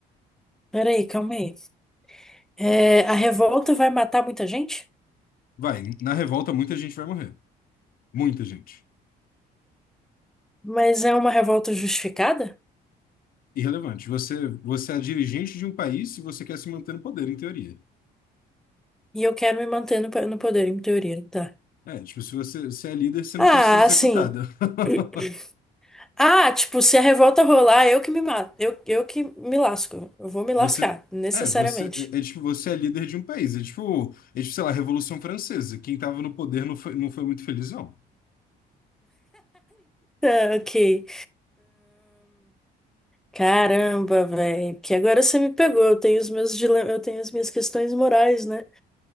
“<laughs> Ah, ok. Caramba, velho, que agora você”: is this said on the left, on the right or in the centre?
Centre